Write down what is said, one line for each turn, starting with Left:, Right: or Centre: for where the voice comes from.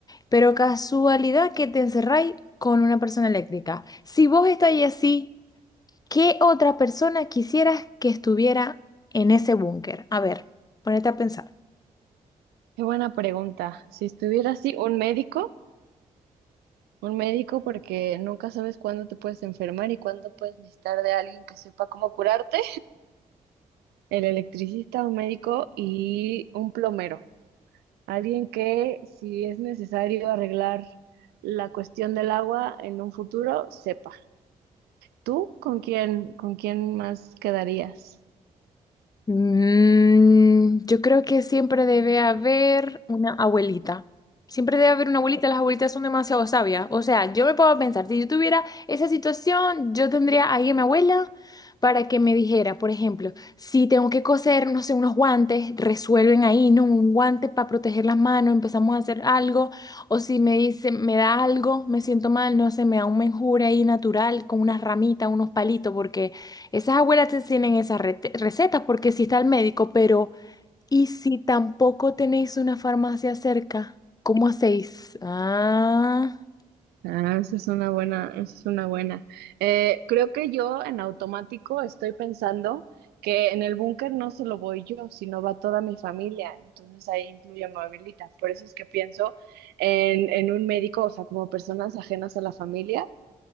Left: Pero casualidad que te encerráis con una persona eléctrica. Si vos estáis así... ¿Qué otra persona quisieras que estuviera en ese búnker? A ver, ponete a pensar.
Right: qué buena pregunta. Si estuviera así, un médico, un médico porque nunca sabes cuándo te puedes enfermar y cuándo puedes necesitar de alguien que sepa cómo curarte, el electricista, un médico y un plomero. Alguien que, si es necesario arreglar la cuestión del agua en un futuro, sepa. ¿Tú con quién, con quién más quedarías?
Left: Mm, yo creo que siempre debe haber una abuelita. Siempre debe haber una abuelita. Las abuelitas son demasiado sabias. O sea, yo me puedo pensar, si yo tuviera esa situación, yo tendría ahí a mi abuela para que me dijera, por ejemplo, si tengo que coser, no sé, unos guantes, resuelven ahí, ¿no? Un guante para proteger las manos, empezamos a hacer algo. O si me dice, me da algo, me siento mal, no sé, me da un menjure ahí natural con unas ramitas, unos palitos, porque... Esas abuelas te enseñan esas rete- recetas porque si está el médico, pero ¿y si tampoco tenéis una farmacia cerca? ¿Cómo hacéis? Ah,
Right: Ah, esa es una buena, esa es una buena. Eh, creo que yo en automático estoy pensando que en el búnker no solo voy yo, sino va toda mi familia. Entonces ahí incluye a mi abuelita. Por eso es que pienso en, en un médico, o sea, como personas ajenas a la familia